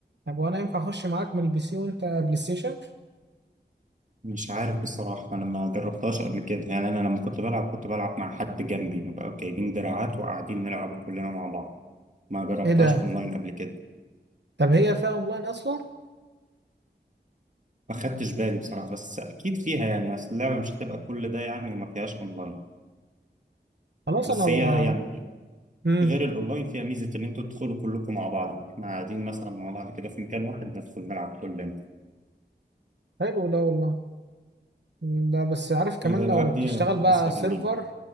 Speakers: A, on the right; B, on the right.
A: طب وأنا ينفع أخش معاك من البي سي وأنت بلاي ستيشن؟
B: مش عارف بصراحة أنا ما جربتهاش قبل كده يعني أنا لما كنت بلعب كنت بلعب مع حد جنبي نبقى جايبين دراعات وقاعدين نلعب كلنا مع بعض ما جربتهاش
A: إيه ده؟
B: اونلاين قبل كده
A: طب هي فيها أونلاين أصلا؟
B: ما خدتش بالي بصراحه بس اكيد فيها يعني اصل اللعبه مش هتبقى كل ده يعني وما فيهاش اونلاين
A: خلاص
B: بس
A: أنا بقى
B: هي يعني
A: مم.
B: غير الاونلاين فيها ميزه ان انتوا تدخلوا كلكم مع بعض احنا قاعدين مثلا مع بعض كده في مكان واحد ندخل نلعب كلنا
A: حلو ده والله مم، ده بس عارف كمان
B: الالعاب
A: لو تشتغل
B: دي
A: بقى
B: حاسها
A: سيرفر
B: جميله